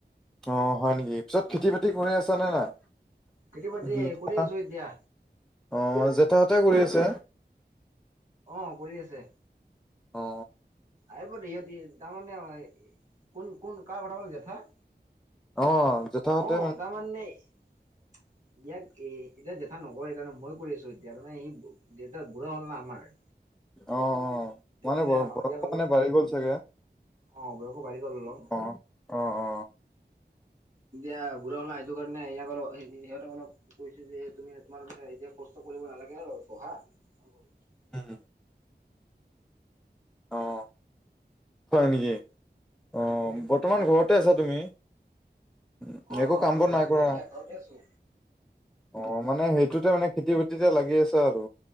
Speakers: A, in the centre; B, on the right (about 45°).
A: অ', হয় নেকি? পিছত খেতি বাতি কৰি আছা নে নাই?
B: খেতি বাতি
A: <unintelligible>
B: কৰি আছো এতিয়া
A: অ', জেঠাহঁতে কৰি আছে।
B: অ', কৰি আছে।
A: অ
B: আহিব দে ইহঁতি, তাৰমানে কোন, কোন কাৰ কথা কলি দেতা?
A: অ জেঠাহঁতে
B: অ', তাৰ মানে ইয়াক এ এতিয়া দেতা নকৰে জান মই কৰি আছোঁ এতিয়া তাৰমানে এই দেউতা বুঢ়া হ'ল না আমাৰ।
A: অ', অ',
B: সেইটো
A: মানে
B: কাৰণে
A: বয় বয়সটো
B: ইয়াক অলপ
A: মানে বাঢ়ি গ'ল চাগে
B: অ', বয়সো বাঢ়ি গল অলপ
A: অ অ অ
B: এতিয়া বুঢ়া হল না সেইটো কাৰণে ইয়াক আৰু সিহঁতক অলপ কৈছোঁ যে, তুমি তোমালোকে এতিয়া কষ্ট কৰিব নালাগে আৰু বহা মই কৰিম।
A: উম। অঁ। হয় নেকি? অঁ, বৰ্তমান ঘৰতে আছা তুমি? উম
B: অ',
A: একো
B: অ',
A: কাম
B: ঘৰতে
A: বন নাই
B: আছোঁ
A: কৰা
B: মই এতিয়া ঘৰতে আছোঁ।
A: অ', মানে সেইটোতে মানে খেতি বাতিতে লাগি আছে আৰু